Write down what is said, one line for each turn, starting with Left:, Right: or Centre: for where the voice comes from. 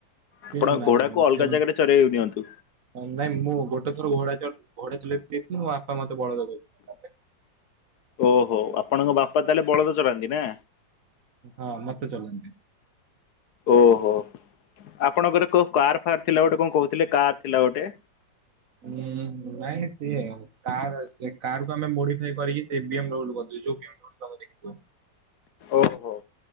Right: ସେ
Left: ଆପଣ
Right: ନାଇଁ
Left: ଘୋଡାକୁ ଅଲଗା
Right: ସେ ନାଇଁ
Left: ଜାଗାରେ ଚରେଇ ନିଅନ୍ତୁ
Right: ମୁଁ ଗୋଟେ ଥର ଘୋଡା ଚଲ ଘୋଡା ଚଲାଉଥିଲୁ ମୋ ବାପା ମତେ ବଳଦ କରିଥିଲେ।
Left: ଓହୋ ଆପଣଙ୍କ ବାପା ତାହେଲେ ବଳଦ ଚଳାନ୍ତି ନା?
Right: ହଁ ମତେ ଚଲାନ୍ତି।
Left: ଓହୋ ଆପଣଙ୍କର କୋ କାର ଫାର୍ ଥିଲା ଗୋଟେ କଣ କହୁଥିଲେ କାର ଥିଲା ଗୋଟେ?
Right: ହୁଁ ନାଇଁ ସିଏ କାର କାର କ ଆମେ ମଡିଫାଇ କରିକି ସେ ବି ଏମ ଡବ୍ଲୁ ର କରି ଦେଉଚୁ ଯୋଉ ବି ମ ଡବ୍ଲୁ ତମେ ଦେଇଚୁ
Left: ଓହୋ।